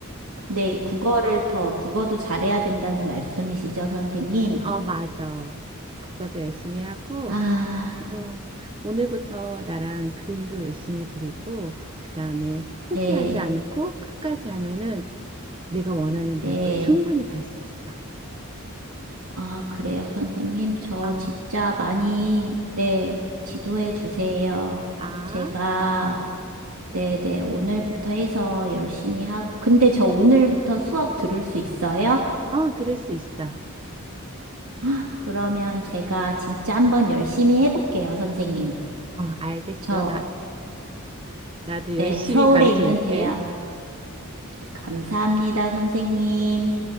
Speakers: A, on the right; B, on the right.
A: 근데 국어를 더, 국어도 잘해야 된다는 말씀이시죠, 선생님?
B: 어, 맞아. 국어도 열심히 하고,
A: 아,
B: 음, 오늘부터 나랑 그림도 열심히 그리고, 그 다음에 포기하지
A: 네,
B: 않고 끝까지 하면은 내가 원하는 대학교
A: 네.
B: 충분히 갈 수 있어.
A: 아, 그래요, 선생님. 저
B: 아.
A: 진짜 많이, 네, 지도해 주세요.
B: 아,
A: 제가, 네네, 오늘부터 해서 열심히 하고. 근데 저 오늘부터 수업 들을 수 있어요?
B: 어, 들을 수 있어. 어,
A: 아, 그러면 제가 진짜 한번 열심히 해볼게요, 선생님.
B: 알겠어.
A: 저,
B: 나, 나도
A: 네,
B: 열심히
A: 서울에
B: 가르쳐
A: 있는
B: 줄게.
A: 대학. 네, 감사합니다, 선생님.